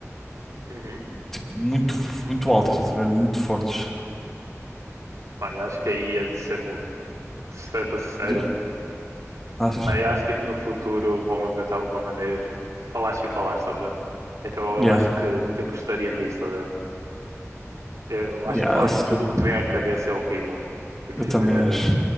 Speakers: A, on the right (about 80°); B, in the centre.
A: Uhum.
B: tipo, muito, muito altas estás a ver? Muito fortes.
A: Olha, acho que aí ia de ser mudo. Certo, sério.
B: Do- Achas?
A: Mas eu acho que tipo, no futuro vão inventar alguma maneira, tipo, falar sem falar, estás a ver? Então
B: Yeah,
A: eu acho que, que apostaria nisso, estás a ver? Eu
B: yeah,
A: acho que falaste
B: eu, se
A: tudo
B: calhar.
A: o que te vem à cabeça é horrível. Tipo,
B: Eu
A: genuinamente.
B: também acho.